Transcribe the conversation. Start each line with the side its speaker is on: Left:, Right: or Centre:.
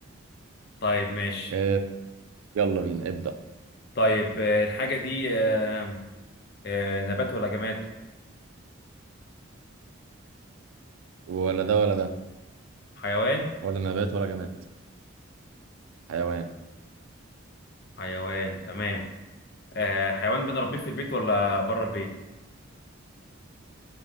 Left: طيب ماشي
Right: آه يلا بينا ابدأ
Left: طيب آه، الحاجه دي آه، آه، نبات ولا جماد
Right: ولا ده ولا ده
Left: حيوان
Right: ولا نبات ولا جماد حيوان
Left: حيوان تمام آه، حيوان بنربيه في البيت ولا بره البيت